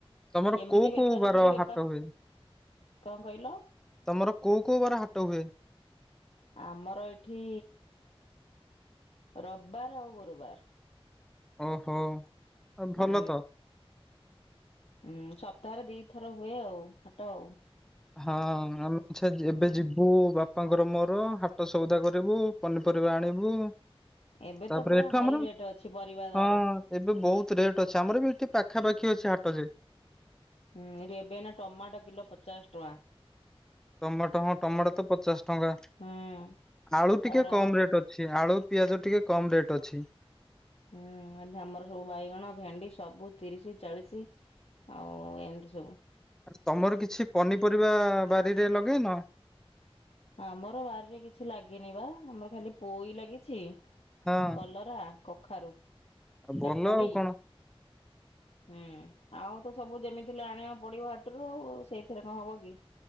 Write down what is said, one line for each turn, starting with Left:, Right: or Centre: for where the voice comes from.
Centre: ତମର
Left: କେମିତି
Centre: କୋଉ
Left: ବେପାରୀ
Centre: କୋଉ ବାର
Left: ଟିକେ ବେପାର
Centre: ହାଟ ହୁଏ?
Left: କଣ କହିଲ?
Centre: ତମର କୋଉ କୋଉ ବାର ହାଟ ହୁଏ?
Left: ଆମର ଏଠି ରବିବାର ଆଉ ଗୁରୁବାର।
Centre: ଓ ହୋ ଭଲ
Left: ହୁଁ।
Centre: ତ।
Left: ହୁଁ ସପ୍ତାହରେ ଦିଥର ହୁଏ ଆଉ ହାଟ ଆଉ।
Centre: ହଁ ଆମେ
Left: ହୁଁ
Centre: ଯେବେ ଯିବୁ ବାପ ବାପାଙ୍କର ମୋର ହାଟ ସଉଦା କରିବୁ ପନିପରିବା ଆଣିବୁ।
Left: ଏବେ
Centre: ତାପରେ
Left: ତ ପୁରା
Centre: ଏଠୁ
Left: ହାଇ
Centre: ଆମର
Left: ରେଟ୍ ଅଛି। ପରିବା
Centre: ହଁ
Left: ଦର।
Centre: ଏବେ ବହୁତ ରେଟ୍ ଅଛି ଆମର ବି ଏଠି ପାଖାପାଖି ଅଛି ହାଟ ଯେ
Left: ହୁଁ ଏବେ ନା ଟମାଟୋ କିଲୋ ପଚାଶ ଟଙ୍କା।
Centre: ଟମାଟ ହଁ ଟମାଟ ତ ପଚାଶ ଟଙ୍କା
Left: ହୁଁ
Centre: ଆଳୁ ଟିକେ
Left: ତାପରେ
Centre: କମ
Left: ଆଉ ସ
Centre: ରେଟ୍ ଅଛି ଆଳୁ ପିଆଜ ଟିକେ କମ ରେଟ୍ ଅଛି।
Left: ହୁଁ ଏଠି ଆମର ସବୁ ବାଇଗଣ ଭେଣ୍ଡି ସବୁ ତିରିଶ ଚାଳିଶି ଆଉ ଏମିନ୍ତି ସବୁ
Centre: ଆ ତମର କିଛି ପନିପରିବା ବାରିରେ ଲଗେଇନ?
Left: ଆମର ବାରିରେ କିଛି ଲାଗିନି ବା ଆମର ଖାଲି ପୋଇ ଲାଗିଛି।
Centre: ହଁ ଆଉ
Left: କଲରା, କଖାରୁ,
Centre: ଭଲ
Left: କାକୁଡି
Centre: ଆଉ କଣ
Left: ହୁଁ ଆଉ ତ ସବୁ ଯେମିତି ହେଲେ ଆଣିଆକୁ ପଡିବ ହାଟରୁ ସେଇଥିରେ କଣ ହବ କି?